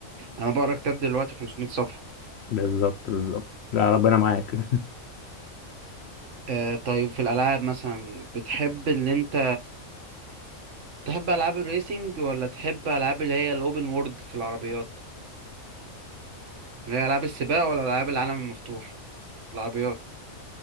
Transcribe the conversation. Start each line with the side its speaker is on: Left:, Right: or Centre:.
Right: انا بقرا كتاب دلوقتي 500 صفحة
Left: بالظبط بالظبط لا ربنا معاك <laughs>
Right: آه طيب في الألعاب مثلا بتحب اللي أنت تحب ألعاب الريسينج ولا تحب ألعاب اللي هي الأوبن وورد في العربيات اللي هي ألعاب السباق ولا ألعاب العالم المفتوح في العربيات